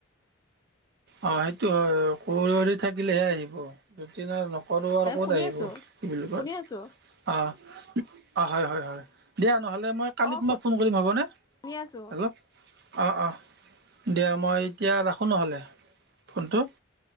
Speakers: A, on the right; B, on the left.
A: অ সেইটো হয় কৰি থাকিলেহে আহিব নকৰো আৰু
B: এ
A: ক'ত
B: শুনি
A: আহিব
B: আছো
A: কি বুলি কয়
B: শুনি আছো
A: অঁ অঁ হয় হয় হয় দিয়া নহ'লে মই কালি
B: অ
A: তোমাক ফোন কৰিম হ'বনে
B: শুনি আছো
A: হেল্ল' অঁ অঁ দিয়া মই এতিয়া ৰাখোঁ নহ'লে ফোনটো